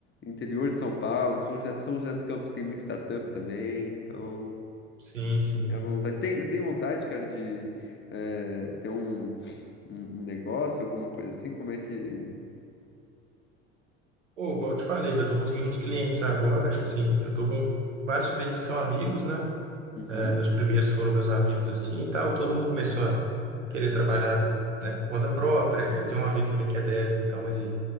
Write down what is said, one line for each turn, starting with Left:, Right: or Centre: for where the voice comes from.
Left: interior de São Paulo, São José, São José dos Campos tem muita startup também, então...
Right: sim, sim.
Left: é vontade. Tem- Eu tenho vontade, cara, de eh, ter um, um um negócio, alguma coisa assim. Como é que,
Right: Pô, igual eu te falei, velho, eu tô conseguindo uns clientes agora, tipo assim, eu tô com vários clientes que são amigos, né?
Left: Uhum.
Right: É, meus primeiros foram meus amigos, assim, e tal. Todo mundo começou a querer trabalhar, né, por conta própria. Eu tenho um amigo também que é dev, então ele,